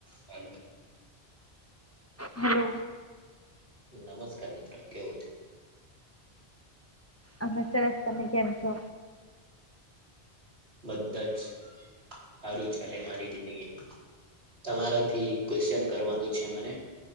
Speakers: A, on the right (about 75°); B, on the left (about 15°).
A: હાલો
B: hello
A: નમસ્કાર મિત્રો કેવું છે?
B: અમે સરસ તમે કેમ છો?
A: બધુ જ સારું ચાલે મારી જિંદગીમાં તમારેથી ક્વેશચન કરવાનું છે મને